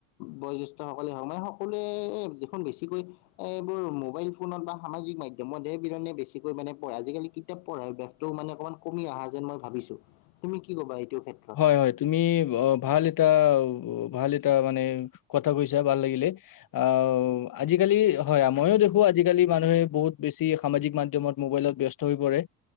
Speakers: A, on the left; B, on the left.
A: বয়োজ্যেষ্ঠ সকলে <unintelligible> সকলোৱে যিখন বেছিকৈ এইবোৰ মোবাইল ফোনত বা সামাজিক মাধ্যমত হে, বিৰনে বেছিকৈ মানে পঢ়ে, আজিকালি কিতাপ পঢ়া অভ্যাস টো, মানে অকমান কমি অহা যেন মই ভাবিছোঁ। তুমি কি ক'বা এইটো ক্ষেত্ৰ?
B: হয়, হয়। তুমি ভাল এটা, ভাল এটা মানে কথা কৈছা, ভাল লাগিলে। আও, আজিকালি হয়, ময়ো দেখোঁ আজিকালি মানুহে বহুত বেছি সামাজিক মাধ্যমত মবাইলত ব্যস্ত হৈ পৰে,